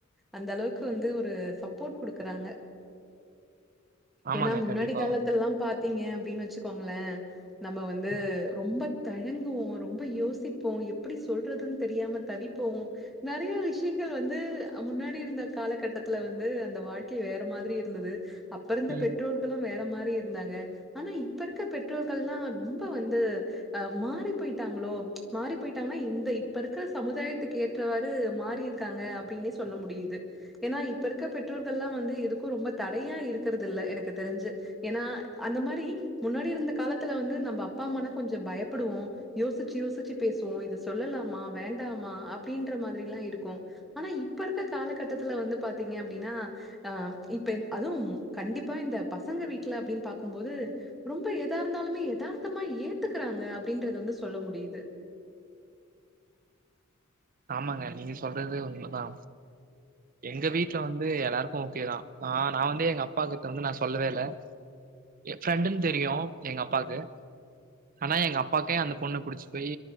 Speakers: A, in the centre; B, on the right.
A: அந்தளவுக்கு வந்து ஒரு சப்போட் குடுக்குறாங்க
B: ஆமாங்க
A: எனா முன்னாடி
B: கண்டிப்பா.
A: காலத்துல்லா பாத்தீங்க அப்டின் வச்சிக்கோங்ளே நம்ம வந்து
B: ம்,
A: ரொம்ப தயங்குவோ ரொம்ப யோசிப்போ எப்புடி சொல்றதுன் தெரியாம தவிப்போ நறைய விஷ்யங்கள் வந்து முன்னாடி இருந்த காலகட்டத்துல வந்து அந்த வாழ்க்கை வேற மாதிரி இருந்தது அப்ப இருந்த
B: ம்.
A: பெ ற்றோர்களு வேற மாரி இருந்தாங்க ஆனா இப்ப இருக்க பெற்றோர்கள்னா ரொம்ப வந்து அ மாறி போய்ட்டாங்களோ மாறி போயிட்டாங்னா இந்த இப்ப இருக்குற சமுதாயத்துக்கு ஏத் ட்டவாறு மாறிருக்காங்க அப்டின்னே சொல்ல முடியுது ஏனா இப்ப இருக்க பெற்றோர்கள்ல்லா வந்து எதுக்கு ரொம்ப தடையா இருக்றது இல்ல எனக்கு தெரிஞ்சு ஏனா அந்த மாரி முன்னாடி இருந்த காலத்துல வந்து நம்ப அப்பா அம்மானா கொஞ்சோ பயப்புடுவோ யோசிச்சு யோசிச்சு பேசுவோ இத சொல்லலாமா வேண்டாமா அப்டின்ற மாதிரில்லா இருக்கு ஆனா இப்ப இருக்க காலகட்டத்துல வந்து பாத்தீங்க அப்டின்னா அ இப்ப அது கண்டிப் ப்பா இந்த பசங்க வீட்ல அப்டின் பாக்கும்போது ரொம்ப எதாருந்தாலுமே எதார்த்தமா ஏத்துக்குறாங்க அப்டின்றது வந்து சொல்ல முடியுது
B: ஆமாங்க நீங்க சொல்றது உண்மதா எங்க வீட்ல வந்து எல்லாருக்கு ஓகேதா ஆ நா வந்து எங்க அப்பா கிட்ட வந்து நா சொல்லவே இல்ல எ ஃப்ரெண்டுன் தெரியு எங்க அப்பாக்கு ஆனா எங்க அப்பாக்கே அந்த பொண்ண புடிச்சி போயி